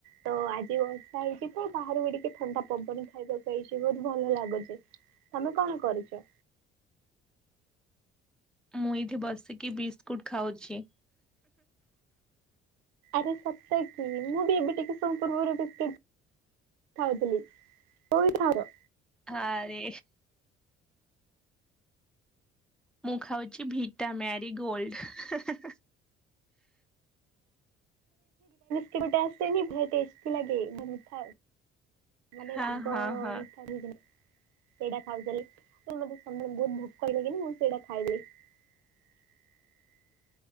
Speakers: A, on the right; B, in the centre.
A: ତ ଆଜି ବର୍ଷା ହେଇଛି ତ ବାହାରୁକୁ ଟିକେ ଥଣ୍ଡା ପବନ ଖାଇବାକୁ ଆଇଛି। ବହୁତ ଭଲ ଲାଗୁଚି। ତମେ କଣ କରୁଛ?
B: ମୁଁ ଏଇଠି ବସିକି ବିସ୍କୁଟ ଖାଉଛି।
A: ସତେକି କି ମୁଁ ବି ଏବେ ଟିକେ ସମୟ ପୂର୍ବରୁ ବିସ୍କେଟ୍ କଥା ହୋଉଥିଲି ହ କୋଉ ବିସ୍କୁଟ ଖାଉଛ?
B: ହଁରେ ମୁଁ ଖାଉଛି ଭିଟା ମ୍ୟାରି ଗୋଲଡ।
A: ତିନିଟା ଆସେନି ଭଲ ଟେଷ୍ଟି ଲାଗେ ଭାରି ମିଠା ମାନେ
B: ହଁ
A: ରାଗ
B: ହଁ ହଁ
A: ମିଠା ହେଇକି ନା ସେଇଟା ଖାଉଥେଲି ମତେ ସମ ବହୁତ ଭୋକ ହେଲା ମୁଁ ସେଇଟା ଖାଇଦେଲି। <unintelligible>